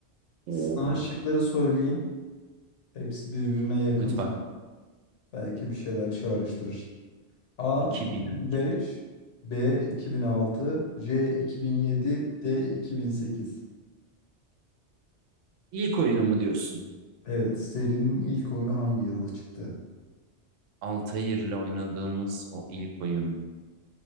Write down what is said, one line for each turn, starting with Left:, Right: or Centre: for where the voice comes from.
Right: Oo.
Left: Sana şıkları söyleyeyim. Hepsi birbirine yakın.
Right: Lütfen.
Left: Belki bir şeyler çağrıştırır. A
Right: 2000.
Left: 2005,
Right: 2000.
Left: B 2006, C 2007, D 2008.
Right: İlk oyunu mu diyorsun?
Left: Evet, serinin ilk oyunu hangi yılda çıktı?
Right: Altair'le oynadığımız o ilk oyun.